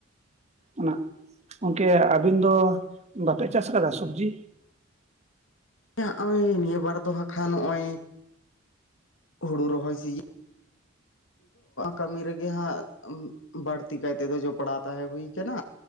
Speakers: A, on the right; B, on the left.
A: ᱚᱱᱟ ᱜᱚᱢᱠᱮ ᱟᱵᱤᱱ ᱫᱚ ᱵᱟᱯᱮ ᱪᱟᱥ ᱟᱠᱟᱫᱟ ᱥᱚᱵᱽᱡᱤ?
B: ᱜᱚᱭ ᱱᱤᱭᱟᱹᱵᱟᱨ ᱫᱚ ᱵᱟᱠᱷᱟᱱ ᱱᱚᱜᱼᱚᱭ ᱦᱩᱲᱩ ᱨᱚᱦᱚᱭ ᱥᱤᱡᱤᱱᱼᱼ ᱠᱟᱹᱢᱤ ᱨᱮᱜᱮ ᱦᱟᱸᱜ ᱵᱟᱹᱲᱛᱤ ᱠᱟᱭ ᱛᱮᱫᱚ ᱡᱚᱯᱲᱟᱣ ᱛᱟᱦᱮᱸ ᱦᱩᱭ ᱠᱟᱱᱟ᱾